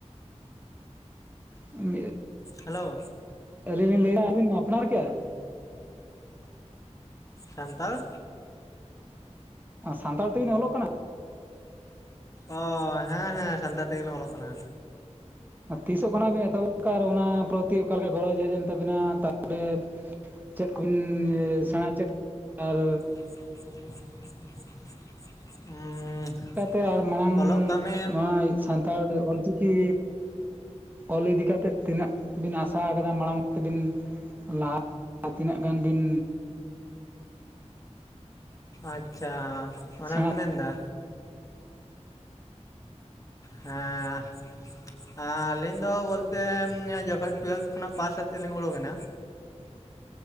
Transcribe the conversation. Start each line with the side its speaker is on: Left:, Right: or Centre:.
Right: ᱢᱤᱫ
Left: ᱦᱮᱞᱳ ᱾
Right: ᱟᱹᱞᱤᱧ ᱞᱤᱧ ᱞᱟᱹᱭ ᱮᱫᱟ, ᱟᱵᱤᱱ ᱢᱟ ᱟᱯᱱᱟᱨ ᱠᱮᱭᱟ?
Left: ᱥᱟᱱᱛᱟᱲ
Right: ᱥᱟᱱᱛᱟᱲ ᱛᱮᱵᱤᱱ ᱚᱞᱚᱜ ᱠᱟᱱᱟ?
Left: ᱚ ᱦᱮᱸ ᱦᱮᱸ ᱥᱟᱱᱛᱟᱲ ᱛᱮᱜᱮᱞᱝ ᱚᱞᱚᱜ ᱠᱟᱱᱟ᱾
Right: ᱛᱤᱥᱚᱜ ᱠᱷᱚᱱᱟᱜ ᱵᱮᱱ ᱮᱛᱚᱦᱚᱵ ᱠᱟᱫᱼᱟ, ᱚᱱᱟ ᱯᱨᱚᱛᱤ ᱚᱠᱟᱞᱮ ᱜᱚᱨᱚᱡᱽ ᱦᱮᱡ ᱮᱱ ᱛᱟᱵᱤᱱᱟ ᱛᱟᱯᱚᱨᱮ ᱪᱮᱫ ᱠᱚᱵᱤᱱ ᱥᱮᱬᱟ ᱪᱮᱫ ᱟᱨ
Left: <inaudible> <unintelligible>
Right: ᱞᱮᱠᱟᱛᱮ ᱟᱨ ᱢᱟᱲᱟᱝ
Left: ᱚᱞᱚᱜ ᱠᱟᱹᱢᱤ
Right: ᱱᱚᱣᱟ ᱥᱟᱱᱛᱟᱲ ᱚᱞ ᱪᱤᱠᱤ ᱚᱞ ᱤᱫᱤ ᱠᱟᱛᱮᱫ ᱛᱤᱱᱟᱹᱜ ᱵᱤᱱ ᱟᱥᱟ ᱟᱠᱟᱫᱟ ᱢᱟᱲᱟᱝ ᱛᱮᱵᱤᱱ ᱞᱟᱦᱟ ᱛᱤᱱᱟᱹᱜ ᱜᱟᱱ ᱵᱤᱱ
Left: ᱟᱪᱪᱷᱟ ᱚᱱᱟᱵᱤᱱ
Right: ᱥᱮᱬᱟ
Left: ᱢᱮᱱᱫᱟ᱾ ᱦᱮᱸ᱾ ᱟᱹᱞᱤᱧ ᱫᱚ ᱵᱚᱞᱛᱮ ᱡᱚᱠᱷᱚᱱ ᱴᱩᱭᱮᱛᱷ ᱠᱷᱚᱱᱟᱜ ᱯᱟᱥ ᱟᱛᱮᱫ ᱞᱤᱧ ᱩᱰᱩᱠᱮᱱᱟ᱾
Right: <inaudible>